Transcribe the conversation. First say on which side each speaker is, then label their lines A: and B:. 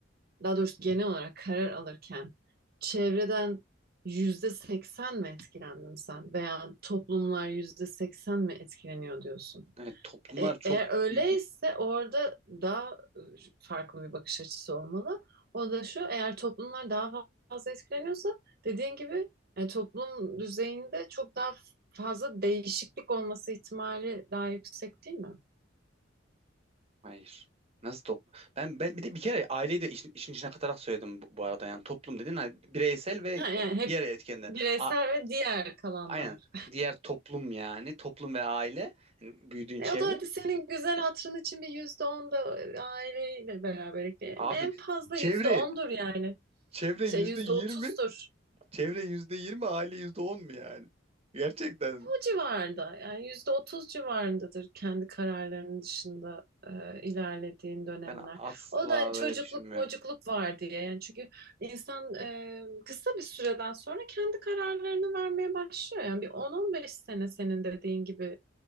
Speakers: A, on the right (about 55°); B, on the right (about 35°).
A: daha doğrusu genel olarak karar alırken çevreden yüzde seksen mi etkilendin sen veya toplumlar yüzde seksen mi etkileniyor diyorsun?
B: Evet, toplumlar
A: E-
B: çok
A: eğer öyleyse
B: büyük.
A: orada daha e, farklı bir bakış açısı olmalı. O da şu, eğer toplumlar daha fazla etkileniyorsa dediğin gibi e, toplum düzeyinde çok daha fazla değişiklik olması ihtimali daha yüksek değil mi?
B: Hayır. Nasıl toplum? Ben, ben bir de bir kere aileyi de işin, işin içine katarak söyledim bu, bu arada. Yani toplum dedin hani bireysel ve
A: Ha, yani hep
B: diğer etkenler.
A: bireysel
B: A-
A: ve diğer kalanlar.
B: aynen. Diğer toplum yani. Toplum ve aile. Yani büyüdüğün
A: E,
B: çevre.
A: o da hadi senin güzel hatırın için bir yüzde on da e, aileyle beraber ekleyelim.
B: Abi
A: En fazla
B: Çevre,
A: yüzde ondur yani.
B: çevre
A: Şey
B: yüzde
A: yüzde
B: yirmi,
A: otuzdur.
B: çevre yüzde yirmi, aile yüzde on mu yani? Gerçekten.
A: Bu civarda yani yüzde otuz civarındadır kendi kararlarının dışında e, ilerlediğin dönemler.
B: ben asla
A: O da hani çocukluk
B: böyle düşünmüyorum.
A: mocukluk var diye yani çünkü insan e, kısa bir süreden sonra kendi kararlarını vermeye başlıyor. Yani bir on on beş sene senin dediğin gibi